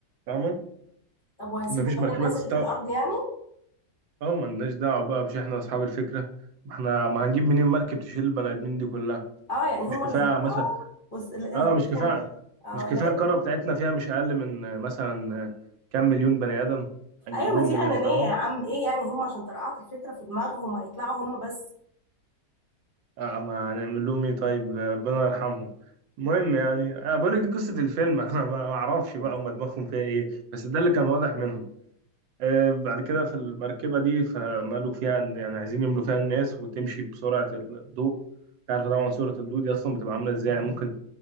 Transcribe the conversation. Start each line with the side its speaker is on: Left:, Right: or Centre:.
Right: فاهمة؟
Left: طب وهيسيبوا
Right: مفيش
Left: بقى
Right: مركبة
Left: الناس
Right: تستوعب
Left: اللي في الارض يعني
Right: اه ملناش دعوة بقى مش احنا اصحاب الفكرة ما احنا ما هنجيب منين مركب تشيل البني ادمين دي كلها
Left: اه يعني هما
Right: مش كفاية
Left: اللي هيدفعوا
Right: مثلا
Left: بص لا،
Right: اه
Left: انا كده
Right: مش كفاية
Left: فهمت اه
Right: مش كفاية
Left: لا هي-
Right: القارة بتاعتنا فيها مش اقل من آه، مثلا آه، كام مليون بني ادم هنجيب
Left: ايوه ما
Right: لهم
Left: دي
Right: منين
Left: انانيه
Right: فاهمة؟
Left: يا عم ايه يعني هما عشان طرقعت الفكره في دماغهم هيطلعوا هما بس
Right: آه ما هنعمل لهم ايه طيب آه، ربنا يرحمهم المهم يعني انا بقول لك دي قصه الفيلم <laughs> انا ما اعرفش بقى
Left: ايوه
Right: هم دماغهم فيها ايه بس ده اللي كان واضح منهم آه بعد كده في المركبه دي فمالوا فيها يعني عايزين يملوا فيها الناس وتمشي بسرعه الضوء انت عارف طبعا سرعه الضوء دي اصلا بتبقى عامله ازاي يعني ممكن